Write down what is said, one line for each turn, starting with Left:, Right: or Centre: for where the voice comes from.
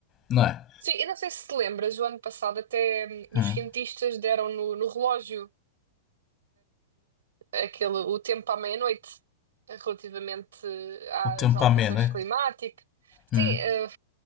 Left: não é?
Right: Sim, e não sei se te lembras, o ano passado até hum,
Left: Hum.
Right: os cientistas deram no, no relógio. aquele, o tempo à meia-noite relativamente às
Left: O tempo
Right: alterações
Left: ameno, é?
Right: climáticas.
Left: Hum.
Right: Sim, eh, a